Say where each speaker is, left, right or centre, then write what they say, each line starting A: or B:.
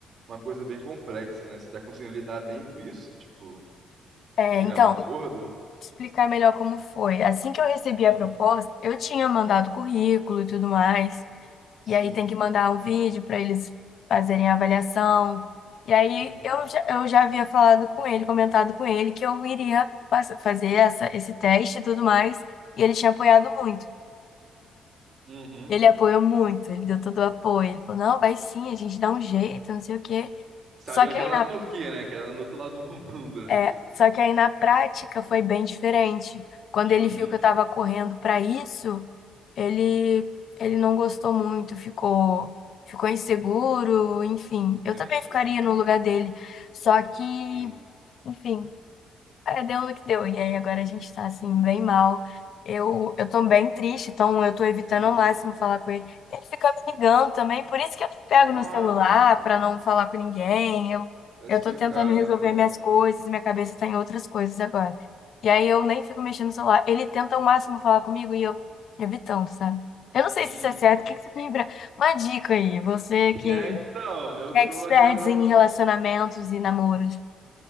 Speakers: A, on the right; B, on the left.
A: uma coisa bem complexa, né? Você tá conseguindo lidar bem com isso? Tipo,
B: É,
A: chegar
B: então,
A: num acordo?
B: explicar melhor como foi. Assim que eu recebi
A: Hum,
B: a proposta, eu tinha mandado currículo e tudo mais,
A: sim.
B: e aí tem que mandar um vídeo para eles fazerem a avaliação. E aí
A: Uhum,
B: eu já, eu já havia falado com ele, comentado com ele que eu iria pass- fazer essa, esse teste e tudo mais, e ele tinha apoiado muito.
A: uhum.
B: Ele apoiou muito, ele deu todo o apoio. Ele falou, não, vai sim, a gente dá um jeito, não sei o quê.
A: Sabendo
B: Só que
A: que
B: aí
A: era na
B: na,
A: Turquia, né? Que era no outro lado do <laughs> mundo, né?
B: é, só que aí na prática foi bem diferente. Quando
A: Uhum,
B: ele viu que eu tava correndo para isso, ele, ele não gostou muito, ficou, ficou inseguro, enfim.
A: entendi.
B: Eu também ficaria no lugar dele. Só que,
A: Sim.
B: enfim, É, deu no que deu. E aí agora a gente tá assim, bem mal. Eu, eu tô bem triste, então eu tô evitando
A: Uhum.
B: ao máximo falar com ele. Ele fica me ligando também, por isso que eu pego
A: Nossa,
B: no celular pra não falar com ninguém. Eu,
A: tá explicado
B: eu tô tentando resolver
A: então.
B: minhas coisas, minha cabeça tá em outras coisas agora. E aí eu nem fico mexendo no celular. Ele tenta ao máximo falar comigo e eu evitando, sabe? Eu não sei
A: Uhum.
B: se isso é certo, o que que você lembra? Uma dica aí, você
A: <laughs>
B: que
A: É, então, eu tô
B: é expert
A: a cada
B: em
A: um.
B: relacionamentos e namoros.